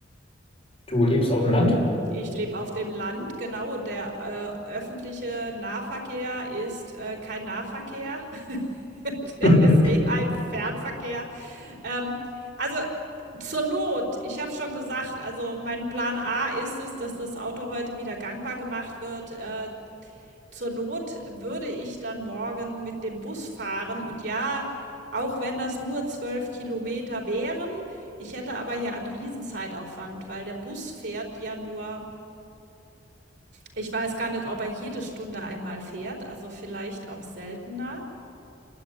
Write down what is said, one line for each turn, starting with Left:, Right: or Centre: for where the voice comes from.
Left: Du lebst auf dem Land?
Right: Ich lebe auf dem Land, genau. Der äh, öffentliche Nahverkehr ist äh, kein Nahverkehr. <laughs> Der
Left: <laughs>
Right: ist eher ein Fernverkehr. Ähm, also zur Not, ich habe schon gesagt, also mein Plan A ist es, dass das Auto heute wieder gangbar gemacht wird. Äh, zur Not würde ich dann morgen mit dem Bus fahren und ja, auch wenn das nur zwölf Kilometer wären, ich hätte aber ja einen Riesenzeitaufwand, weil der Bus fährt ja nur, ich weiß gar nicht, ob er jede Stunde einmal fährt, also vielleicht auch seltener.